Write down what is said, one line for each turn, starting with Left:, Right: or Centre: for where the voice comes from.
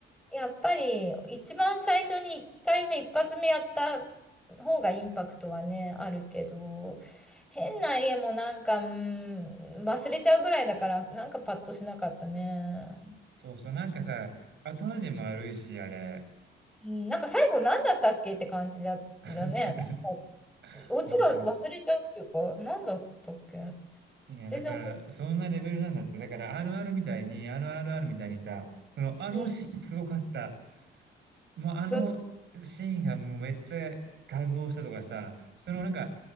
Centre: やっぱり一番最初に1回目、一発目やった方がインパクトはね、あるけど、変な家もなんか、うん、忘れちゃうぐらいだから、なんかパッとしなかったね。
Right: そうそう、なんかさ、後味も悪いし、あれ。
Centre: うん、なんか最後何だったっけって感じだったね。
Right: <laughs>
Centre: なんか、オチが忘れちゃうっていうか、
Right: わかる。
Centre: 何だったっけ
Right: いや、
Centre: 全然覚えて
Right: だから、そんなレベルなんだって。だから、RR みたいに、RRR みたいにさ、その、あのシーンすごかった。
Centre: ない。う
Right: もう、あのシーンがもうめっちゃ感動したとかさ、
Centre: ん、ど
Right: そのなんか、